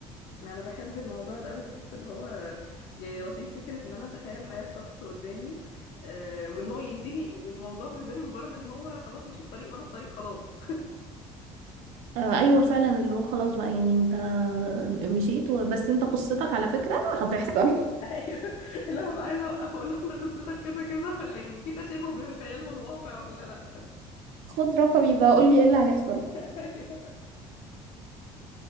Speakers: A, on the left (about 55°); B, on the right (about 80°).
A: <laughs> انا بحب الموضوع ده قوي بحس اللي هو يعني لطيف فكره ان انا اتخيل حياه شخص قدامي آه، وان هو ينتهي الموضوع بالنسبه لي مجرد ان هو خلاص مشي في طريق وانا في طريق خلاص
B: آه ايوه فعلا اللي هو خلاص بقى يعني انت مشيت و- بس انت قصتك على فكره هتحصل <laughs>
A: <laughs> ايوه اللي أنا ببقى عايزه اوقفه اقول لهم ده قصتك كذا كذا ولا يعني في تشابه بين الخيال والواقع ولا لا
B: خد رقمي بقى قول لي ايه اللي هيحصل
A: <laughs> ايوه